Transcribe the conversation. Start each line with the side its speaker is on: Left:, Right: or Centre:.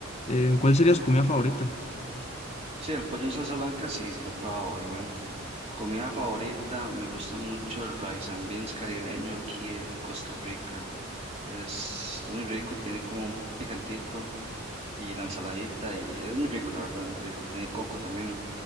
Left: Em, ¿cuál sería su comida favorita?
Right: Sí, el pollo en salsa blanca, sí, sí lo he probado, obviamente. Comida favorita, me gusta mucho el rice and beans caribeño aquí de Costa Rica. Es, es muy rico, tiene como un picantito y la ensaladita y es muy rico, la verdad, es muy rico. Tiene coco también.